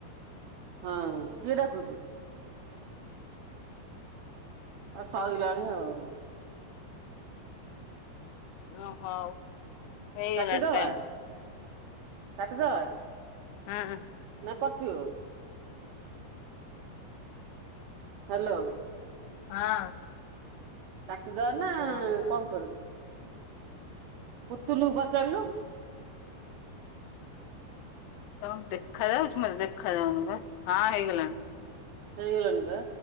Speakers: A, on the right; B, on the left.
A: ହଁ କିଏ ଡାକୁଛୁ? ଆଉ ସିଲାଣି ଆଉ।
B: ଓ ହଉ। ହେଇଗଲାଣି
A: କାଟିଦବା
B: ଟାଇମ୍
A: କାଟିଦବା।
B: ହଁ।
A: ନା କଟିବ। ହାଲୋ।
B: ହଁ।
A: କାଟିଦବା ନା
B: ହଁ
A: କଣ କରୁଛୁ। ପୁତୁଲୁ ପଚାରିଲୁ।
B: ତମ ଦେଖା ଯାଉଛି ମତେ ଦେଖାଯାଉନି ବା ହଁ ହେଇଗଲାଣି।
A: ହେଇଗଲାଣି ପା।